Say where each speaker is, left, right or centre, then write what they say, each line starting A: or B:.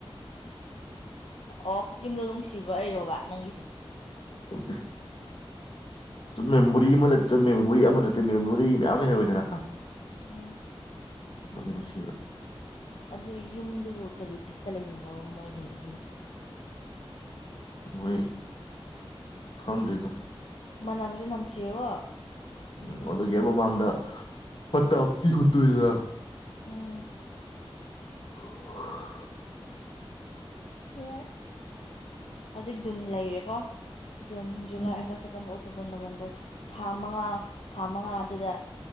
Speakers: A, on the left; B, on the left.
A: ꯑꯣ ꯌꯨꯝꯗꯣ ꯅꯨꯡꯁꯤꯕ꯭ꯔꯥ ꯑꯩꯔꯣꯕ ꯅꯪꯒꯤꯁꯦ
B: ꯁꯨꯝ ꯁꯨꯝ ꯃꯦꯃꯣꯔꯤ ꯑꯃ ꯂꯩ ꯃꯦꯃꯣꯔꯤ ꯑꯃ ꯅꯠꯇꯦ ꯃꯦꯃꯣꯔꯤ ꯃꯌꯥꯝ ꯂꯩꯍꯧꯋꯗꯅ
A: ꯎꯝ
B: ꯑꯗꯨꯒꯤ ꯅꯨꯡꯁꯤꯕ
A: ꯑꯗꯨ ꯌꯨꯝꯗꯨꯕꯨ ꯀꯔꯤ ꯕꯤꯠꯇ ꯂꯩꯅꯤꯡꯕꯣ ꯃꯣꯏ ꯂꯩꯕꯁꯤꯡꯗꯨꯁꯨ
B: ꯅꯣꯏ ꯈꯪꯗꯔ꯭ꯤꯗ
A: ꯃꯅꯝ ꯖꯨꯅꯝ ꯁꯤꯔꯔꯣ꯫
B: ꯎꯝ ꯑꯗꯨꯒꯤ ꯍꯦꯛ ꯃꯃꯥꯡꯗ ꯇꯛꯇꯤ ꯈꯨꯠꯇꯨꯣꯏꯗꯅ
A: ꯎꯝ
B: <inaudible>
A: ꯁꯦꯁ ꯍꯧꯖꯤꯛ ꯖꯨꯟ ꯂꯩꯔꯦꯀꯣ ꯖꯨꯟ ꯖꯨꯂꯥꯏ
B: ꯎꯝ
A: ꯑꯒꯁꯇ ꯁꯦꯞꯇꯦꯝꯕꯔ ꯑꯣꯛ ꯑꯣꯛꯇꯣꯕꯔ ꯅꯣꯕꯦꯝꯕꯔ ꯊꯥ ꯃꯉꯥ ꯊꯥ ꯃꯉꯥ ꯑꯗꯨꯗ